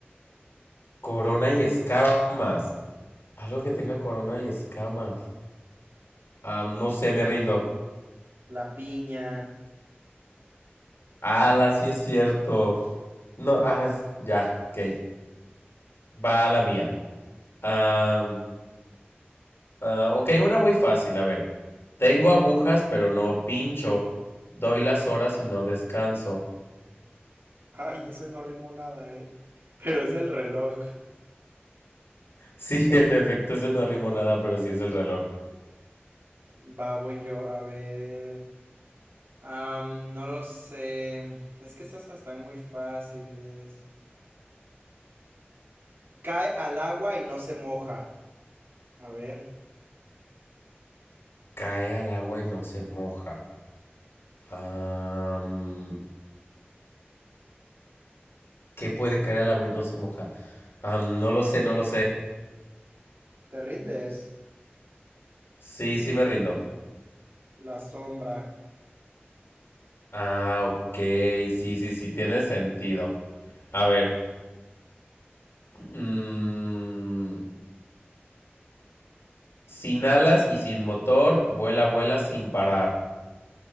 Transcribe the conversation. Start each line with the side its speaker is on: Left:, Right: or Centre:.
Left: Corona y escamas. Algo que tenga corona y escamas. Ah, no sé, me rindo.
Right: La piña.
Left: Ala, sí es cierto. No, ah, es- ya, ok. Va a la mía. Am, ah, ok, una muy fácil, a ver. Tengo agujas, pero no pincho. Doy las horas y no descanso. <laughs>
Right: Ay, ese no rimó nada, eh. Pero es el reloj.
Left: Sí, en efecto, ese no rimo nada, pero sí es el reloj.
Right: Va, voy yo, a ver. Am, no lo sé. Es que estas están muy fáciles. Cae al agua y no se moja. A ver,
Left: Cae al agua y no se moja. Am, ¿qué puede caer al agua y no se moja? Am, no lo sé, no lo sé.
Right: te rindes.
Left: Sí, sí me rindo.
Right: La sombra.
Left: Ah, ok, sí, sí, sí, tiene sentido. A ver, mm, sin alas y sin motor, vuela, vuela sin parar.